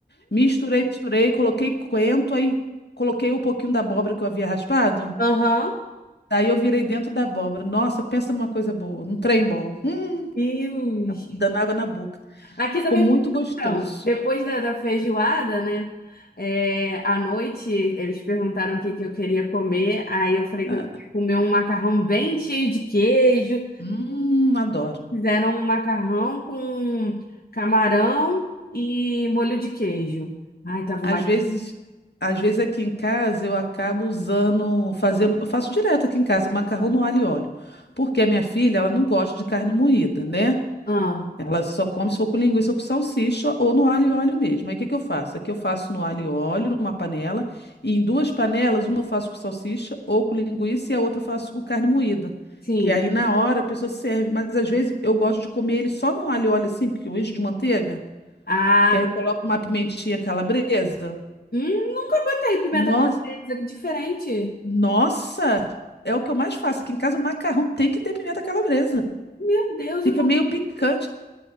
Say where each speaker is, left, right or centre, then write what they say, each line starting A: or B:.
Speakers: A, on the left; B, on the left.
A: misturei, misturei, coloquei coentro, aí coloquei um pouquinho da abóbora que eu havia raspado.
B: aham.
A: Daí eu virei dentro da abóbora. Nossa, pensa numa coisa boa, num trem bom. Hum,
B: Deus.
A: dando água na boca.
B: Aqui
A: Ficou
B: também
A: muito gostoso.
B: Então, depois da, da feijoada, né? é, à noite eles perguntaram o que, que eu queria comer. Aí eu falei
A: Ah,
B: que eu queria comer um macarrão bem cheio de queijo.
A: hum, adoro.
B: Fizeram um macarrão com camarão e molho de queijo. Ai, tava
A: Às
B: uma.
A: vezes, às vezes aqui em casa eu acabo usando, fazendo, eu faço direto aqui em casa, macarrão no alho e óleo, porque a minha filha, ela não gosta de carne moída, né?
B: Ah,
A: Ela só come se for com linguiça ou com salsicha ou no alho e óleo mesmo. Aí o que que eu faço? Aqui eu faço no alho e óleo, numa panela, e em duas panelas, uma eu faço com salsicha ou com linguiça e a outra eu faço com carne moída.
B: sim.
A: Que aí na hora a pessoa serve, mas às vezes eu gosto de comer ele só no alho e óleo assim, que eu encho de manteiga,
B: Ah,
A: que aí eu coloco uma pimentinha calabresa.
B: hum, nunca botei pimenta
A: No-
B: calabresa, que diferente.
A: Nossa, é o que eu mais faço. Aqui em casa, o macarrão tem que ter pimenta calabresa.
B: Meu Deus,
A: Fica
B: eu vou.
A: meio picante.